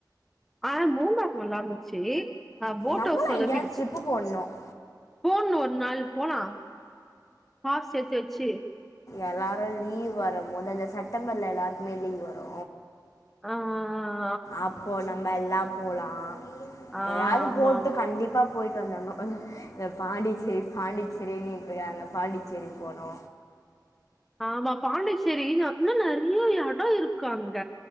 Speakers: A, in the centre; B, on the left.
A: ஆனா மூணாறு நல்லாந்துச்சு ஆ போட்
B: நம்மளும்
A: ஹவுஸ் சொதப்பிடுச்சு
B: எங்கேயாவது ட்ரிப்பு போடணும்
A: போணு ஒரு நாள் போலா காஸ் சேத்து வச்சு
B: எல்லாரு லீவ் வரு போது அந்த செப்டம்பர்ல எல்லாருக்குமே லீவ் வரு
A: ஆ ஆ ஆ
B: அப்போ நம்ம எல்லாம் போலா
A: ஆ
B: ஏதாவது
A: ஆமா
B: போட்டு
A: ஆமா
B: கண்டிப்பா போய்ட்டு வந்தரணு பாண்டிச்சேரி பாண்டிச்சேரின்னுட்டு இருக்காங்க பாண்டிச்சேரி போணு
A: ஆமா பாண்டிச்சேரில இன்னு நெறைய எடோ இருக்கு அங்க